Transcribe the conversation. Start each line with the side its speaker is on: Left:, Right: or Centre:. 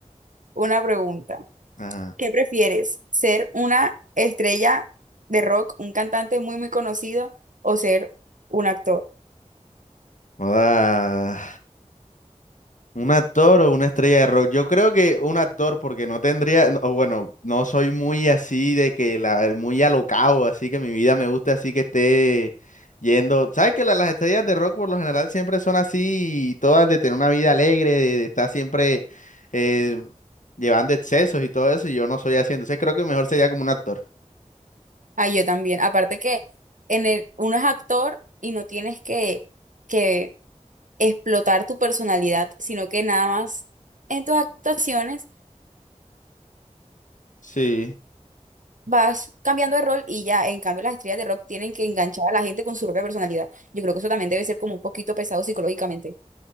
Right: una pregunta.
Left: ajá.
Right: ¿Qué prefieres? ¿Ser una estrella de rock, un cantante muy, muy conocido o ser un actor?
Left: Joda. ¿Un actor o una estrella de rock? Yo creo que un actor, porque no tendría, no- o bueno, no soy muy así de que la, muy alocado, así que mi vida me gusta así que esté yendo. ¿Sabes que la- las estrellas de rock por lo general siempre son así, todas de tener una vida alegre, de, de estar siempre eh, llevando excesos y todo eso, y yo no soy así, entonces creo que mejor sería como un actor.
Right: Ah, yo también. Aparte que en el, uno es actor y no tienes que, que explotar tu personalidad, sino que nada más en tus actuaciones
Left: Sí.
Right: vas cambiando de rol y ya, en cambio las estrellas de rock tienen que enganchar a la gente con su propia personalidad. Yo creo que eso también debe ser como un poquito pesado psicológicamente.